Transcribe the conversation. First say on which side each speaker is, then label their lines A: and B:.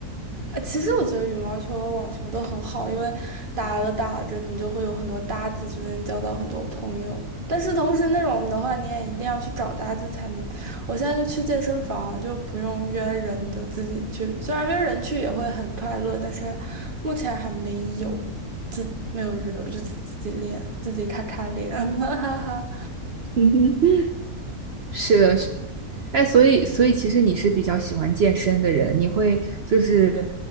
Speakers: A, on the right (about 35°); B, on the right (about 55°).
A: 呃，其实我觉得羽毛球和网球都很好，因为打了打着，你就会有很多搭子，就能交到很多朋友。但是同时那种的话，你也一定要去找搭子才能。我现在就去健身房啊，就不用约人的，自己去。虽然约人去也会很快乐，但是目前还没有自没有约，我就自自己练，自己咔咔练，<laughs> 哈哈哈。
B: 嗯哼。是的，是的，哎，所以所以其实你是比较喜欢健身的人，你会就是